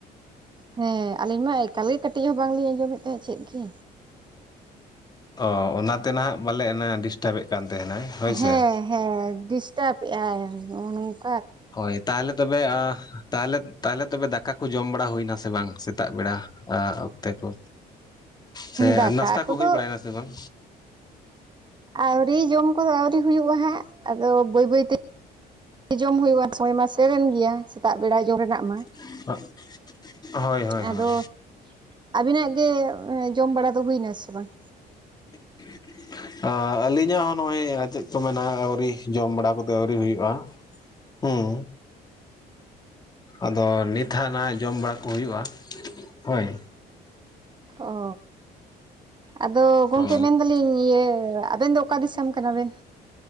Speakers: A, on the right; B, on the left.
A: ᱦᱮᱸ ᱟᱞᱤᱧ ᱢᱟ ᱮᱠᱟᱞ ᱜᱮ ᱠᱟᱹᱴᱤᱡ ᱦᱚᱸ ᱵᱟᱝ ᱞᱤᱧ ᱟᱸᱡᱚᱢᱮᱫ ᱛᱟᱦᱮᱸᱱ ᱪᱮᱫ ᱜᱤ᱾
B: ᱚᱻ ᱚᱱᱟᱛᱮ ᱱᱟᱦᱟᱜ ᱵᱟᱞᱮ ᱚᱱᱟ ᱰᱤᱥᱴᱟᱵᱮᱫ ᱠᱟᱱ ᱛᱟᱦᱮᱱᱟᱭ᱾ ᱦᱳᱭ ᱥᱮ
A: ᱦᱮᱸ ᱦᱮᱸ ᱰᱤᱥᱴᱟᱵᱭᱮᱫ ᱮᱜᱼᱟᱭ᱾ <inaudible>
B: ᱦᱳᱭ ᱛᱟᱦᱞᱮ ᱛᱚᱵᱮ ᱟ ᱛᱟᱦᱚᱞᱮ ᱛᱟᱦᱚᱞᱮ ᱛᱚᱵᱮ ᱫᱟᱠᱟ ᱠᱩ ᱡᱚᱢ ᱵᱟᱲᱟ ᱦᱩᱭᱱᱟ ᱥᱮ ᱵᱟᱝ ᱥᱮᱛᱟᱜ ᱵᱮᱲᱟ? ᱟ ᱚᱠᱛᱮ ᱠᱚ ᱥᱮ
A: ᱫᱟᱠᱟ
B: ᱱᱟᱥᱛᱟ
A: ᱠᱚᱫᱚ
B: ᱠᱩ ᱦᱩᱭ ᱵᱟᱲᱟᱭᱮᱱᱟ ᱥᱮ ᱵᱟᱝ?
A: ᱟᱹᱣᱨᱤ ᱡᱚᱢ ᱠᱚᱫᱚ ᱟᱹᱣᱨᱤ ᱦᱩᱭᱩᱜ-ᱟ ᱦᱟᱸᱜ, ᱟᱫᱚ ᱵᱟᱹᱭ ᱵᱟᱹᱭᱛᱮ ᱡᱚᱢ ᱦᱩᱭᱩᱜ-ᱟ ᱥᱚᱭ ᱢᱟ ᱥᱮᱨᱮᱱ ᱜᱮᱭᱟ ᱥᱮᱛᱟᱜ ᱵᱮᱲᱟ ᱡᱚᱢ ᱨᱮᱱᱟᱜ ᱢᱟ᱾
B: <inaudible> ᱦᱳᱭ ᱦᱳᱭ
A: ᱟᱫᱚ ᱟᱵᱤᱱᱟᱜ ᱜᱮ ᱡᱚᱢ ᱵᱟᱲᱟ ᱫᱚ ᱦᱩᱭ ᱱᱟ ᱥᱮ ᱵᱟᱝ?
B: <unintelligible> ᱟ ᱟᱹᱞᱤᱧᱟᱜ ᱦᱚᱸ ᱱᱚᱜ-ᱚᱭ ᱪᱮᱫ ᱠᱚ ᱢᱮᱱᱟ ᱟᱹᱣᱨᱤ ᱡᱚᱢ ᱵᱟᱲᱟ ᱠᱚᱫᱚ ᱟᱹᱣᱨᱤ ᱦᱩᱭᱩᱜ-ᱟ᱾ ᱦᱩᱸ ᱟᱫᱚ ᱱᱤᱛ ᱦᱟᱸᱜ ᱱᱟ ᱡᱚᱢ ᱵᱟᱲᱟ ᱠᱚ ᱦᱩᱭᱩᱜ-ᱟ ᱦᱳᱭ᱾
A: ᱚ ᱟᱫᱚ ᱜᱚᱝᱠᱮ
B: ᱚ
A: ᱢᱮᱱ ᱫᱟᱞᱤᱧ ᱤᱭᱟᱹ ᱟᱵᱮᱱ ᱫᱚ ᱚᱠᱟ ᱫᱤᱥᱚᱢ ᱠᱟᱱᱟ ᱵᱮᱱ?